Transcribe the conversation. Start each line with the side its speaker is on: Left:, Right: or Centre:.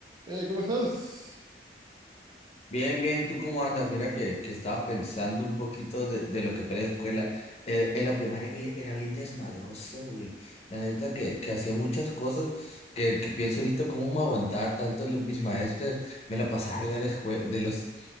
Right: Hey, ¿cómo estás?
Left: Bien, bien, ¿tú cómo andas? Mira que, que estaba pensando un poquito de, de lo que fue la escuela. Eh, en la primaria vi- era bien desmadroso, güey. La neta que, que hacía muchas cosas que, que pienso ahorita cómo me aguantaba tanto los, mis maestros. Me la pasaba arriba de, la escue- de, los,